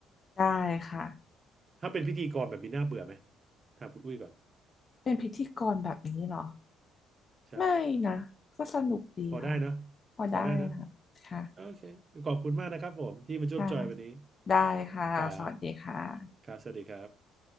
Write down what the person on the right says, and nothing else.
ถ้าเป็นพิธีกรแบบมีหน้าเบื่อไหมถามคุณอุ้ยก่อน
ใช่
พอได้เนอะ
พอได้นะโอเคขอบคุณมากนะครับผมที่มาร่วมจอยวันนี้
ครับครับสวัสดีครับ